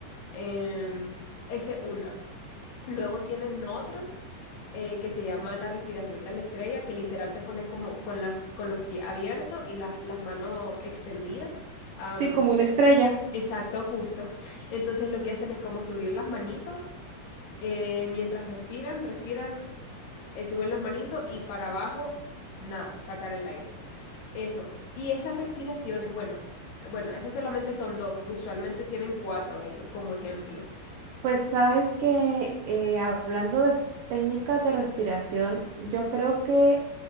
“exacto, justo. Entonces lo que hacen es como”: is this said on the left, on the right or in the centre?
Left